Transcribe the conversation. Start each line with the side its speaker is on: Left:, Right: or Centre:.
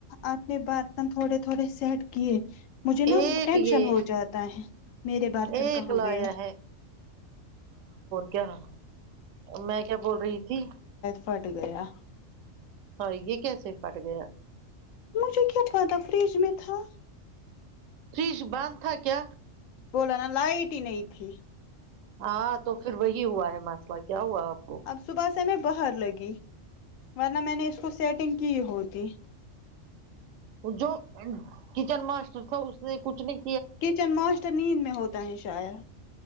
Left: اپنے برتن تھوڑے تھوڑے سیٹ کہ مجھے نا
Right: ایک
Left: ٹینشن
Right: یہ
Left: ہو جاتا ہے میرے برتن
Right: ایک
Left: کہاں
Right: لایا
Left: گئے
Right: کیااں میں کیا بول رہی تھی
Left: فٹ گیا
Right: ہاں یہ کیسے پھٹ گیا
Left: مجھے کیا پتا فریج میں تھا
Right: فریج باندھ تھا کیا
Left: بولا نا لائٹ ہی نہیں تھی
Right: ہاں تو پھر وہی ہوا ہے م کیا ہوا آپ کو
Left: اب صبح میں باہر لگی ورنہ میں نے اس کو سیٹنگ کی ہوتی
Right: جو کچن م اس نے کچھ نہیں
Left: کچن ماسٹر نیند میں ہوتا ہے چاائے